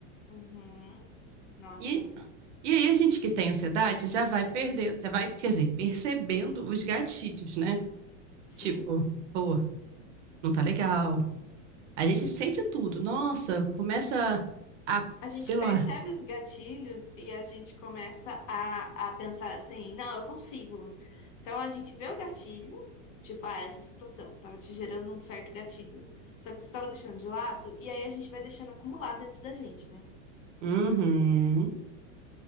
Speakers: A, on the left; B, on the right.
A: Uhum. Nossa,
B: E, e aí a gente que tem ansiedade
A: que tristeza.
B: já vai perder, já vai, quer dizer, percebendo os gatilhos, né?
A: Sim?
B: Tipo, pô, não tá legal, A gente sente tudo. Nossa, começa a,
A: A gente
B: sei lá.
A: percebe os gatilhos e a gente começa a, a pensar assim, não, eu consigo. Então a gente vê o gatilho, tipo, ah, essa situação estava te gerando um certo gatilho. Só que você estava deixando de lado, e aí a gente vai deixando acumular dentro da gente, né?
B: Uhum.